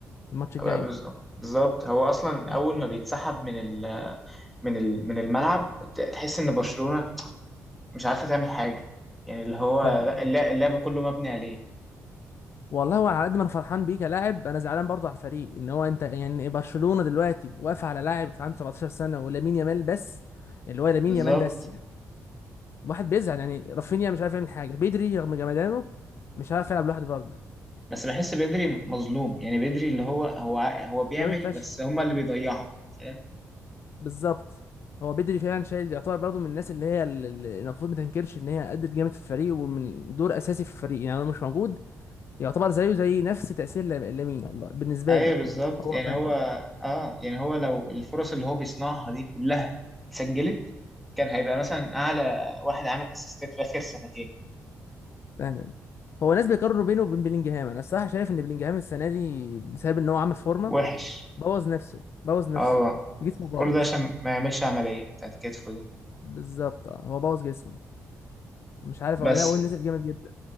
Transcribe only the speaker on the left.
الماتش الجاي
م.
فعلا
والله هو على قد ما انا فرحان بيه كلاعب انا زعلان برضه على الفريق ان هو انت يعني برشلونة دلوقتي واقف على لاعب عنده 17 سنة ولامين يامال بس اللي هو لامين
يامال بس يعني واحد بيزعل يعني رافينيا مش عارف يعمل حاجة بيدري رغم جمدانه مش عارف يلعب لوحده برضه
جامد فشخ
بالظبط هو بدري فعلا شايل يعتبر برضه من الناس اللي هي ال- ال- المفروض ما تنكرش ان هي ادت جامد في الفريق ومن دور اساسي في الفريق يعني لو مش موجود يعتبر زيه زي نفس تأثير لام- لامين والله بالنسبة
لي
هو
فعلا
فعلا هو ناس بيقارنوا بينه وبين بلينجهام انا الصراحه شايف ان بلينجهام السنه دي بسبب ان هو عامل فورمه
بوظ نفسه بوظ نفسه
جسمه باظ
بالظبط اه هو بوظ جسمه مش عارف هو
هو نزل جامد جدا